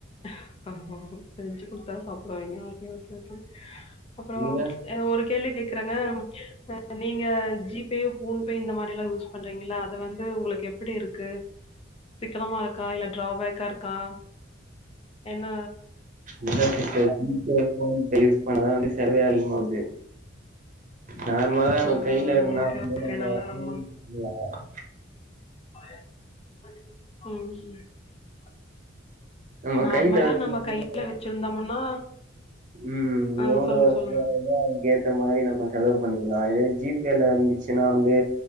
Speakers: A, on the left; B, on the right.
A: <unintelligible> செஞ்சி குடுத்தா சாப்டுவாய்ங்க ஓகே ஓகே அப்ரோ
B: நீங்க
A: ஒரு கேள்வி கேக்குறாங்க நீங்க ஜீ பே ஃபோன்பே இந்த மாரிலா யூஸ் பண்றீங்கல அது வந்து உங்ளுக்கு எப்டி இருக்கு சிக்கனமாருக்கா இல்ல டிராபேக்காருக்கா என்ன
B: இல்ல சிஸ்சர் <unintelligible> யூஸ் பண்ணா தா செலவே அதிகமாது நார்மலா நம்ம
A: ஆ
B: கைல இருந்தா
A: ஓகே
B: வந்து
A: ஓகே
B: நம்ம
A: நல்லா
B: <inaudible>
A: ஆமா ம்
B: நம்ம
A: நார்மலா
B: கைல இருந்
A: நம்ம கையில
B: <inaudible>
A: வச்சிருந்தோம்னா
B: ம்
A: ஆ
B: எவ்ளோ
A: சொல்லுங்க
B: செலவாதோ
A: சொல்லுங்க
B: அதுக்கு ஏத்த மாரி நம்ம செலவு பண்ணிக் கலா இதே ஜீ பேல இருந்துச்சுன்னா வந்து